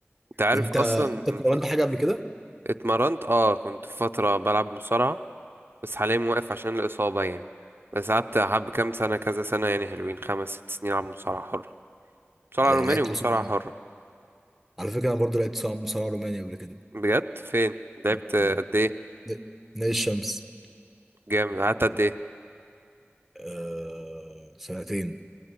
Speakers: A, on the right; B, in the centre.
A: انت عارف
B: انت
A: اصلا
B: انت اتمرنت
A: ان في
B: حاجة قبل كده
A: اتمرنت اه كنت في فترة بلعب مصارعة بس حاليا موقف عشان الإصابة يعني بس قعدت حب كام سنة كذا سنة يعني حلوين خمس ست سنين ألعب مصارعة حرة مصارعة
B: آه،
A: روماني
B: لعبت
A: ومصارعة
B: مصارعة
A: حرة
B: على فكرة أنا برضو لعبت مصارعة مصارعة روماني قبل كده
A: بجد فين لعبت
B: نعم.
A: قد ايه
B: ن- نادي الشمس
A: جامد قعدت قد ايه
B: آه سنتين